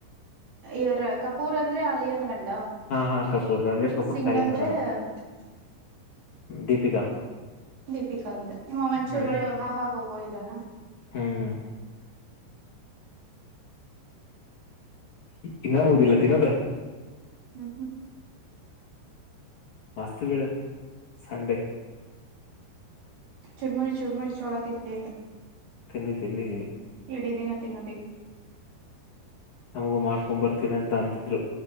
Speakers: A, on the right; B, on the left.
A: ಯರ ಕಪೂರ್ ಅಂದ್ರೆ ಅಲಿಯನ್ ಗಂಡ
B: ಹಾ ಹಾ ಕಪೂರ್ ರಮೇಶ ಕಪೂರ್
A: ಸಿಂಗ್
B: ಸೈಲೆಂಟ್ದ
A: ಅಂದ್ರೆ
B: ನಾವು
A: <inaudible>
B: ದೀಪಿಕಾ
A: ದೀಪಿಕಾ ಅಂದ ನಿಮ್ಮ ಮಂಚೂರು
B: ಹ್ಮ್
A: ಹಾ ಹಾ ಹೋಗೋ ಇದ್ದಾನ
B: ಹ್ಮ್ ಇನ್ನ ಮುದಿಲ್ಲ ತಿನ್ನದ
A: ಹ್ಮ್ ಹ್ಮ್
B: ಮಸ್ತ್ ಬಿೀಡ ಸಂಡೇ
A: ಚುರ್ಮುರಿ ಚುರ್ಮುರಿ ಛೋಡಾ ತಿಲ್ಲಿತ
B: ತಿನ್ನಿ ತಿನ್ನಿ
A: ಎಡೀ ದಿನ ತಿನ್ನುೋದ
B: ನಮಗೂ ಮಾಡ್ಕೊಂಡ ಬರ್ತೀನಿ ಅಂತ ಅಂದಿದ್ರು